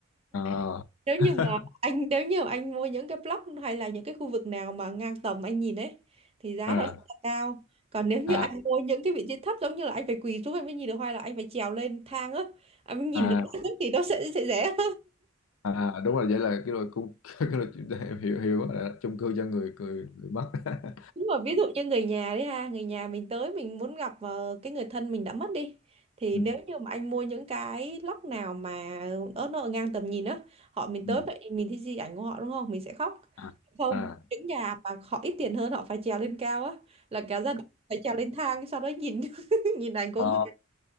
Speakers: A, on the left; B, on the right.
A: ờ,
B: nếu
A: <laughs>
B: như mà anh nếu như anh mua những cái block hay là những cái khu vực nào mà ngang tầm anh nhìn ấy thì giá
A: à,
B: nó sẽ là cao còn nếu như
A: à,
B: anh mua những cái vị trí thấp giống như là anh phải quỳ xuống anh mới nhìn được hay là anh phải trèo lên thang á anh mới nhìn
A: à.
B: được <laughs> thì nó sẽ sẽ rẻ
A: à đúng rồi vậy là cái loại cung <laughs> cái loại chuyện đó em hiểu hiểu rồi đó, chung cư cho người người người mất <laughs>
B: Đúng rồi, ví dụ như người nhà đấy ha, người nhà mình tới mình muốn gặp ờ, cái người thân mình đã mất đi. Thì
A: ừ.
B: nếu như mà anh mua những cái lóc nào mà ớt nó ở ngang tầm nhìn á, họ mình
A: ừ.
B: tới vậy mình thấy di ảnh của họ đúng không? Mình sẽ khóc.
A: à
B: Không,
A: à
B: những nhà mà họ ít tiền hơn họ phải trèo lên cao á, là cả gia đình phải trèo lên thang sau đó nhìn <laughs> nhìn ảnh của
A: Ờ,
B: người